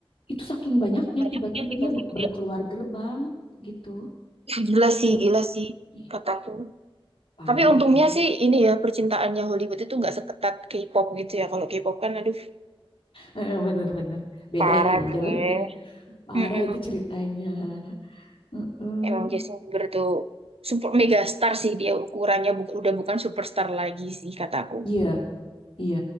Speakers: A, on the left (about 65°); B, on the right (about 85°).
A: itu saking banyaknya
B: banyak
A: tiba-tiba
B: yang tiba-tiba.
A: dia b- baru keluar gerbang gitu.
B: Ih, Gila sih,
A: Baru
B: gila sih,
A: ih,
B: kataku.
A: parah
B: Tapi untungnya
A: itu.
B: sih ini ya, percintaannya Hollywood itu nggak seketat K-pop gitu ya. Kalau K-pop kan, aduh,
A: Heeh, Bener-bener beda
B: parah
A: itu jalurnya.
B: deh.
A: Parah
B: Mm-mm.
A: itu ceritanya. Heeh.
B: Emang Justin Bieber tuh super megastar sih dia ukurannya bu- udah bukan superstar lagi sih kataku.
A: Iya, iya.